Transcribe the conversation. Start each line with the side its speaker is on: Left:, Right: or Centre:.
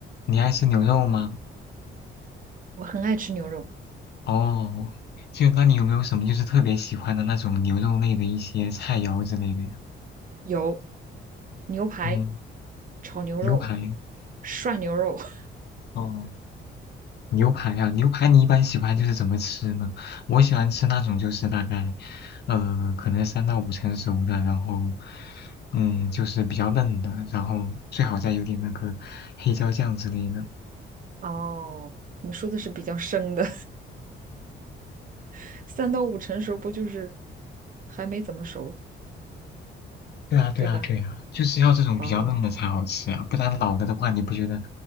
Left: 你爱吃牛肉吗？
Right: 我很爱吃牛肉，
Left: 哦，就那你有没有什么就是特别喜欢的那种牛肉类的一些菜肴之类的呀？
Right: 有牛排、
Left: 嗯，
Right: 炒牛肉、
Left: 牛排。
Right: 涮牛肉。<laughs>
Left: 哦，牛排啊，牛排你一般喜欢就是怎么吃呢？我喜欢吃那种就是大概，呃，可能三到五成熟的，然后，嗯，就是比较嫩的，然后最好再有点那个黑椒酱之类的。
Right: 哦，你说的是比较生的，<laughs> 三到五成熟不就是还没怎么熟，
Left: 对啊，对啊，
Right: 对吧？
Left: 对啊，就是要这种比较嫩的才好吃啊，
Right: 哦，
Left: 不然老了的话，你不觉得